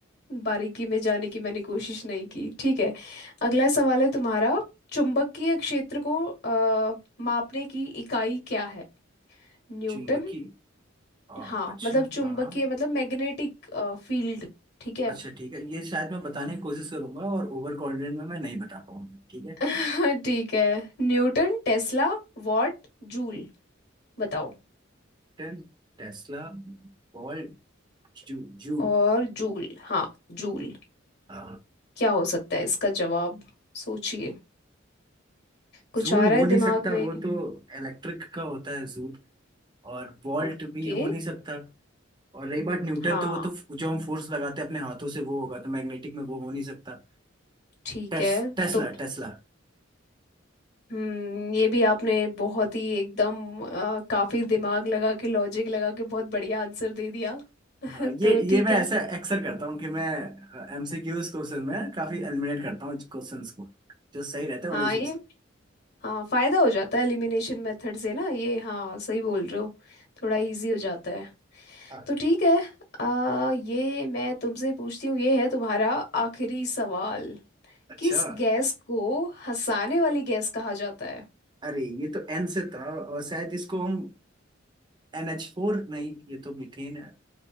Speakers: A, on the left (about 55°); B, on the right (about 25°).
A: बारीकी में जाने की मैंने कोशिश नहीं की ठीक है अगला सवाल है तुम्हारा चुंबकीय क्षेत्र को अ, मापने की इकाई क्या है न्यूटन
B: चुंबकी आ,
A: हाँ
B: अच्छा
A: मतलब चुंबकीय
B: हाँ हाँ
A: मतलब मैग्नेटिक फील्ड ठीक है
B: अच्छा ठीक है ये शायद मैं बताने की कोशिश करूंगा और ओवर कॉन्फिडेंट में मैं नहीं बता पाऊंगा ठीक है
A: <laughs> ठीक है न्यूटन टेस्ला वॉट जूल बताओ
B: न्यूटन टेस्ला बॉल जू, जूल
A: और जूल हाँ जूल
B: अ,
A: क्या हो सकता है इसका जवाब सोचिए कुछ
B: जूल
A: आ
B: हो
A: रहा है
B: नहीं
A: दिमाग
B: सकता
A: में
B: वो तो इलेक्ट्रिक का होता है जूल और वोल्ट
A: ओके
B: भी हो नहीं सकता और रही बात न्यूटन
A: हाँ
B: तो वो तो फ- जो हम फोर्स लगाते हैं अपने हाथों से वो होगा तो मैग्नेटिक में वो हो नहीं सकता
A: ठीक
B: टेस,
A: है
B: टेस्ला
A: तो
B: टेस्ला
A: हम्म ये भी आपने बहुत ही एकदम अ, काफी दिमाग लगा के लॉजिक लगा के बहुत बढ़िया आंसर दे दिया <laughs>
B: हाँ, ये
A: तो
B: ये
A: ठीक
B: मैं
A: है
B: ऐसा अक्सर करता हूँ कि मैं एमसीक्यूज क्वेश्चन में काफी एलिमिनेट करता हूँ क्वेश्चंस को जो सही रहते हैं
A: हाँ
B: उन्हें चूज
A: ये हाँ फायदा हो जाता है एलिमिनेशन मेथड से ना ये हाँ सही बोल रहे हो थोड़ा इजी हो जाता है
B: हाँ
A: तो ठीक है आ, ये मैं तुमसे पूछती हूँ ये है तुम्हारा आखिरी सवाल
B: अच्छा
A: किस गैस को हंसाने वाली गैस कहा जाता है
B: अरे ये तो एन से था और शायद इसको हम एन एच फोर नहीं ये तो मीथेन है